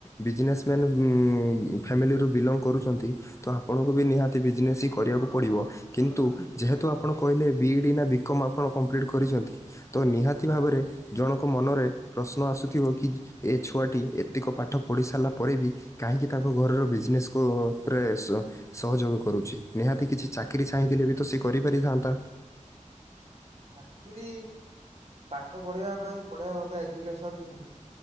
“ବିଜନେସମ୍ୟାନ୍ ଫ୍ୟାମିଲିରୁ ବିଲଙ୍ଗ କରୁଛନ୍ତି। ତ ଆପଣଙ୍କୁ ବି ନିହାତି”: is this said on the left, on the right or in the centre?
Left